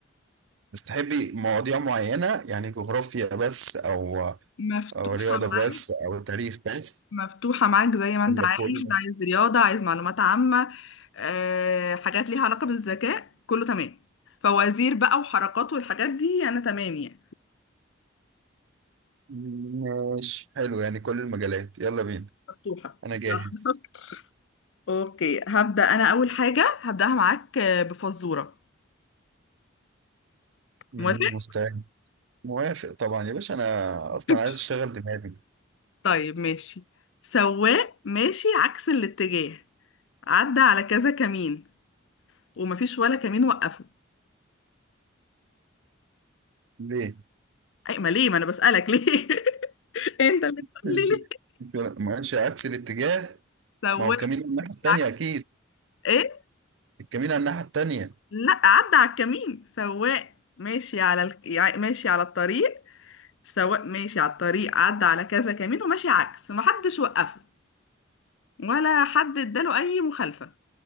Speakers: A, on the right (about 65°); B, on the left (about 65°).
A: بس تحبي مواضيع معينة يعني جغرافيا بس او
B: مفتوحه
A: او رياضة بس
B: معايا
A: او تاريخ بس
B: مفتوحة معاك زي ما انت
A: ولا
B: عايز
A: كله
B: عايز رياضة عايز معلومات عامة أه حاجات ليها علاقة بالذكاء كله تمام فوازير بقى وحركات والحاجات دي انا تمام يعني
A: ماشي حلو يعني كل المجالات يلا بينا
B: مفتوحة
A: انا
B: يلا.
A: جاهز
B: <laughs> اوكي هبدأ انا اول حاجة هبدأها معاك آه، بفزورة
A: مم،
B: موافق
A: مستعد موافق طبعا يا باشا انا
B: <laughs>
A: اصلا عايز اشغل دماغي
B: طيب ماشي سواق ماشي عكس الاتجاه عدى على كذا كمين ومفيش ولا كمين وقفه
A: ليه
B: اي ما ليه ما انا بسألك ليه <laughs> انت اللي بتقول
A: <laughs>
B: لي ليه
A: ما ماشي عكس الاتجاه
B: سواق
A: ما هو كمين الناحية
B: ماشي
A: التانية
B: عكس
A: اكيد
B: ايه
A: الكمين على الناحية التانية
B: لا عدى على الكمين سواق ماشي على الك... يع- ماشي على الطريق سواق ماشي على الطريق عدى على كذا كمين وماشي عكس محدش وقفه ولا حد اداله اي مخالفة